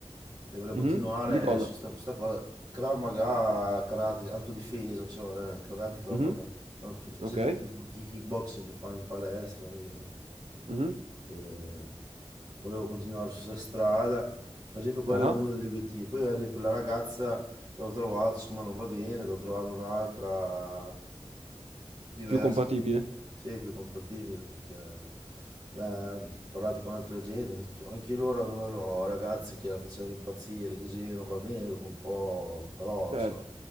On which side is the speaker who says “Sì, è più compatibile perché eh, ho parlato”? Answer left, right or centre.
Right